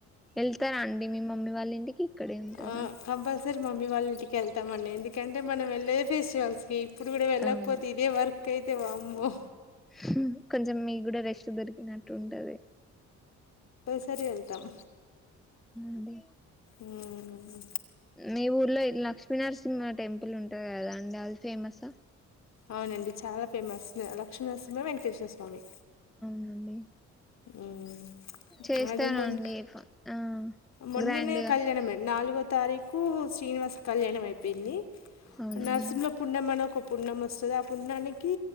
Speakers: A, in the centre; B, on the left (about 60°).
A: వెళ్తారా అండి మీ మమ్మీ వాళ్ళ ఇంటికి ఇక్కడే ఉంటారా
B: ఆ కంపల్సరీ మమ్మీ వాళ్ళ ఇంటికిళ్త ఇస్తామండి ఎందుకంటే మనం వెళ్ళేది ఫెస్టివల్స్ కి ఇప్పుడు కూడా వెళ్ళకపోతే
A: అవును
B: ఇదే వర్క్ కైతే వామ్ము
A: హహ కొంచెం మీకు కూడా రెస్ట్ దొరికినట్టు ఉంటది
B: సర వెళ్తాం
A: అదే
B: ఉమ్,
A: నవుఊర్లో లక్ష్మీనరసింహ టెంపుల్ ఉంటది కదా అండి అది ఫేమసా
B: అవునండి చాలా ఫేమస్ లక్ష్మీనరసింహ వెంకటేశ్వర స్వామి
A: అండి
B: ఉమ్,
A: చేస్తారాండి
B: అది మొన్
A: ఆ
B: మొన్ననే
A: గ్రాండ్గా
B: కళ్యాణం నాలుగో తారీఖు శ్రీనివాస్ కళ్యాణం అయిపోయింది
A: అవునండి
B: నరసింహల పుణమాను ఒక పున్నం వస్తుంది ఆ పున్నాానికి